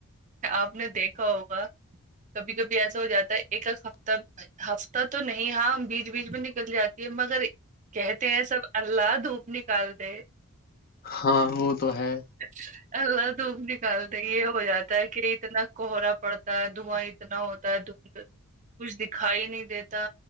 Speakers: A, on the right; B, on the left.
A: آپ نے دیکھا ہوگا کبھی کبھی ایسا ہو جاتا ہے ایک ایک ہفتہ ہفتہ تو نہیں ہاں بیچ بیچ میں نکل جاتی ہے مگر کہتے ہیں سب اللہ دھوپ نکال دے
B: ہاں وہ تو ہے
A: <unintelligible> پلہ دھوپ نکالتے یہ ہو جاتا ہے کہ اتنا کوہرا پڑتا ہے دھواں اتنا ہوتا ہے د <unintelligible> کچھ دکھائی نہیں دیتا